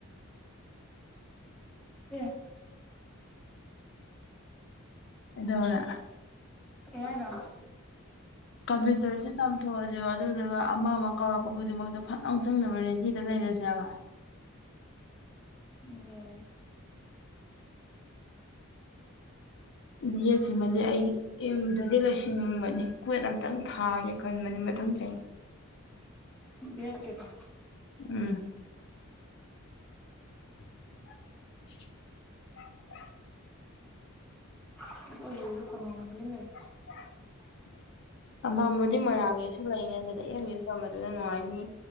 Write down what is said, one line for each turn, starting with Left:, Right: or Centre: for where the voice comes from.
Centre: ꯑꯦ
Left: ꯏꯗꯨꯅꯦ
Centre: ꯀꯩꯍꯥꯏꯅꯣ
Left: ꯀꯝꯄ꯭ꯌꯨꯇꯔꯁꯤ ꯇꯝꯊꯣꯛꯑꯁꯦꯕ ꯑꯗꯨꯗꯨꯒ ꯑꯃ ꯑꯃ ꯀꯥꯎꯔꯛꯄ ꯈꯨꯗꯤꯡꯃꯛꯇ ꯐꯠ ꯂꯥꯎ ꯆꯪꯅꯕ ꯔꯦꯗꯤꯗ ꯂꯩꯔꯁꯦ ꯍꯥꯏꯕ
Centre: ꯌꯥꯏ
Left: ꯕꯤ ꯑꯦꯠ ꯁꯤꯃꯗꯤ ꯑꯩꯒꯤ ꯌꯨꯝꯗꯗꯤ ꯂꯩꯁꯤꯟꯅꯤꯡꯕꯅꯤ ꯀꯋꯦꯠ ꯑꯝꯇꯪ ꯊꯥꯒꯦ ꯈꯟꯕꯅꯤ ꯃꯊꯪ ꯆꯍꯤ
Centre: ꯕꯦꯠ ꯀꯩꯅꯣ
Left: ꯎꯝ <unintelligible>
Centre: <unintelligible> ꯊꯃꯝꯕꯨꯗꯤ ꯂꯩ
Left: <inaudible> ꯑꯝꯐꯝꯕꯨꯗꯤ ꯃꯣꯏꯔꯥꯡꯒꯤꯁꯨ ꯂꯩꯅꯤ ꯑꯗꯨꯗ ꯑ ꯌꯁꯨ ꯇꯝꯕꯗꯨꯗ ꯅꯨꯡꯉꯥꯏꯅꯤ